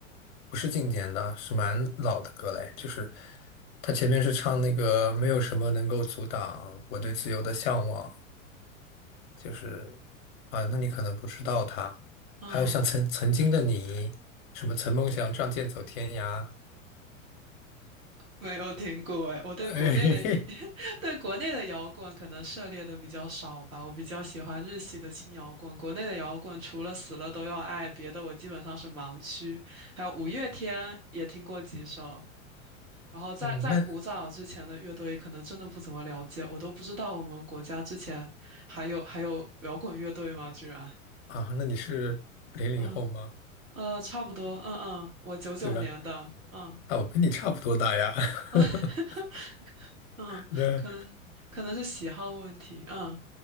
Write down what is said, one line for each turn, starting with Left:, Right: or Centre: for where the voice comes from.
Left: 不是经典的，是蛮老的歌嘞。就是他前面是唱那个没有什么能够阻挡我对自由的向往，就是啊，那你可能不知道他。
Right: 哦
Left: 还有像曾曾经的你，什么曾梦想仗剑走天涯，
Right: 没有听过哎，我对国内的
Left: 哎，
Right: <laughs> 对国内的摇滚可能涉猎的比较少吧，我比较喜欢日系的轻摇滚。国内的摇滚除了死了都要爱，别的我基本上是盲区。还有五月天也听过几首，然后在在古早之前的乐队可能真的不怎么了解，
Left: <laughs> 嗯，那
Right: 我都不知道我们国家之前还有还有摇滚乐队吗？居然，
Left: 啊，那你是零零后吗？
Right: 嗯呃，差不多，嗯嗯，我九九年的，
Left: 对呀，
Right: 嗯。
Left: 啊，我跟你差不多大呀。
Right: <laughs>
Left: <laughs>
Right: 嗯，
Left: 那
Right: 可能可能是喜好问题。嗯，